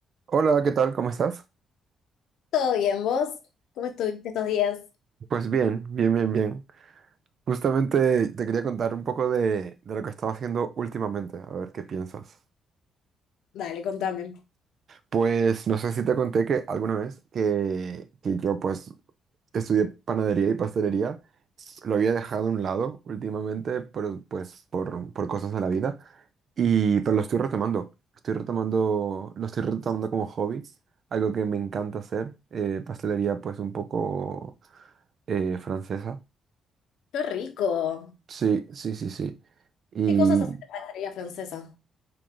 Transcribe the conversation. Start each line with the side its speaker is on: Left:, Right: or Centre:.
Right: Hola, ¿qué tal? ¿Cómo estás?
Left: ¿Todo bien, vos? ¿Cómo estuviste estos días?
Right: Pues bien, bien, bien, bien. Justamente te quería contar un poco de, de lo que estaba haciendo últimamente, a ver qué piensas.
Left: Dale, contame.
Right: Pues no sé si te conté que alguna vez que, que yo pues estudié panadería y pastelería, lo había dejado a un lado últimamente, pero pues por, por cosas de la vida, y, pero lo estoy retomando, estoy retomando, lo estoy retomando como hobby, algo que me encanta hacer, eh, pastelería pues un poco eh, francesa.
Left: ¡Qué rico!
Right: Sí, sí, sí, sí. Y
Left: ¿Qué cosas haces en la pastelería francesa?